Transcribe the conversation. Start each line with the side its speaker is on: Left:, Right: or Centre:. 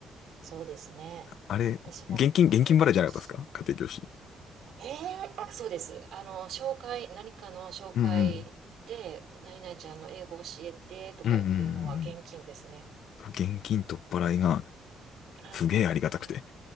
Right: そうですね。
Left: あれ、
Right: 私も家庭教師。
Left: 現金、現金払いじゃなかったですか家庭教師。
Right: ええあ、そうです。あの、紹介、何かの紹介で、
Left: うんうん。
Right: 何々ちゃんの英語教えてとか言っていうのは現金ですね。
Left: うんうんうんうん。現金取っ払いが
Right: はい。
Left: すげえありがたくて。